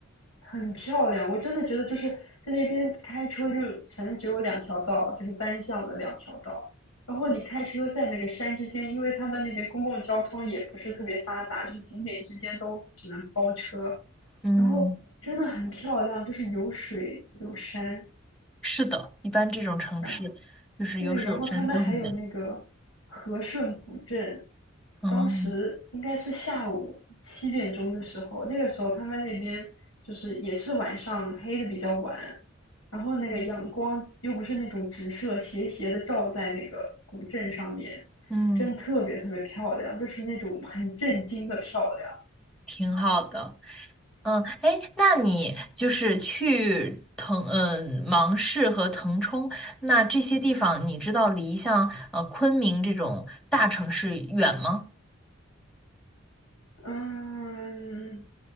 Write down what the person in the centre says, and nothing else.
嗯，
是的，一般这种城市
就是有水有山都很美。
嗯
嗯，嗯
挺好的。嗯，哎，那你就是去腾嗯芒市和腾冲，那这些地方你知道离像呃昆明这种大城市远吗？